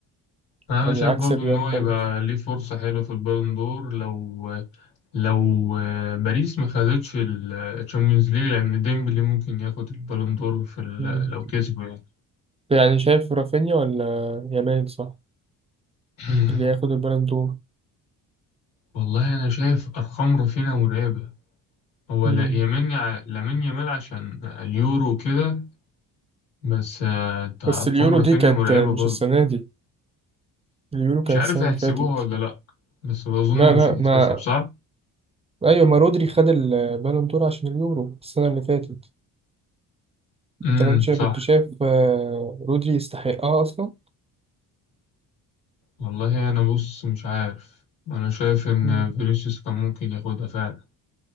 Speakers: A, on the left (about 80°); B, on the right (about 15°).
A: أنا
B: يعني
A: شايف
B: عكس
A: برضو
B: الريال
A: إن هو يبقى
B: خالص
A: ليه فرصة حلوة في البالون دور لو لو باريس ما خدتش الشامبيونز ليج لأن ديمبلي ممكن ياخد البالون دور في ال-
B: مم.
A: لو كسبه يعني
B: يعني شايف رافينيا ولا يامال صح
A: <clears throat>
B: اللي هياخد البالون
A: والله أنا شايف أرقام رافينيا مرعبة هو
B: دور؟
A: لا يمين لامين يامال عشان اليورو كده بس آه، انت ارقام
B: بس اليورو
A: رافينيا
B: دي كانت
A: مرعبه
B: مش
A: برضه
B: السنة دي اليورو
A: مش
B: كانت
A: عارف
B: السنة
A: هيحسبوها
B: اللي فاتت
A: ولا لا بس بظن
B: لا لا
A: مش هتتحسب
B: ما
A: صح
B: أيوة ما رودري خد البالون دور عشان اليورو السنة اللي فاتت أنت
A: امم
B: كنت شايف
A: صح
B: كنت شايف، آه، رودري يستحقها أصلا
A: والله انا بص مش عارف انا شايف ان
B: مم.
A: فينيسيوس كان ممكن ياخدها فعلا